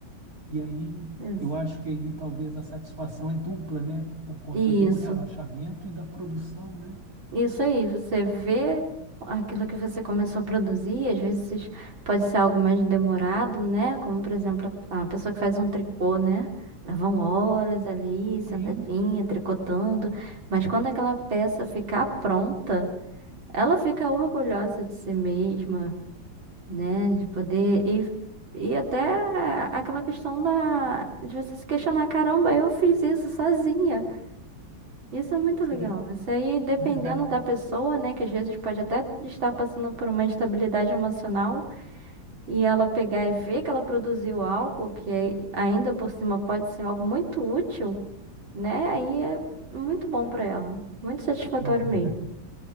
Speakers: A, on the right (about 45°); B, on the right (about 90°).
A: E aí
B: Ex-
A: eu acho que aí talvez a satisfação é dupla, né? Por conta
B: Isso.
A: do relaxamento e da produção, né?
B: Isso aí, você vê aquilo que você começou a produzir, às vezes pode ser algo mais demorado, né? Como, por exemplo, a a pessoa que faz um tricô, né? Levam horas ali, sentadinha,
A: Sim.
B: tricotando, mas quando aquela peça ficar pronta, ela fica orgulhosa de si mesma, né? De poder e E até aquela questão da, de você se questionar, caramba, eu fiz isso sozinha. Isso é muito
A: Sim,
B: legal. Isso aí, dependendo
A: é verdade.
B: da pessoa, né, que às vezes pode até estar passando por uma instabilidade emocional e ela pegar e ver que ela produziu algo que é- ainda por cima pode ser algo muito útil, né? Aí é muito bom pra ela. Muito satisfatório
A: Aham.
B: mesmo.